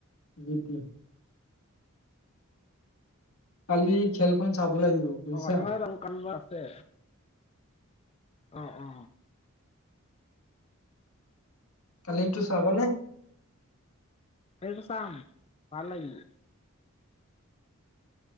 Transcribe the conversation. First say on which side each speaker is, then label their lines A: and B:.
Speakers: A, on the left; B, on the left.
A: G T. কালি খেলখন চাব। লাগিব বুজিছা।
B: অ এম আইৰ আল কাল্লা আছে। অ অ।
A: কালি এইটো চাবা নে?
B: খেলটো চাম। ভাল লাগিব।